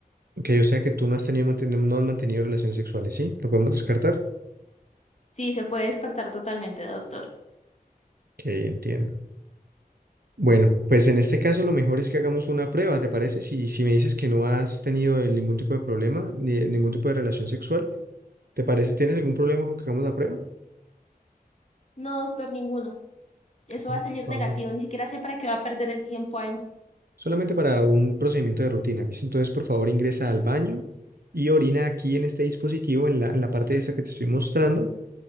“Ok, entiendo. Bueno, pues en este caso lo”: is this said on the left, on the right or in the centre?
Right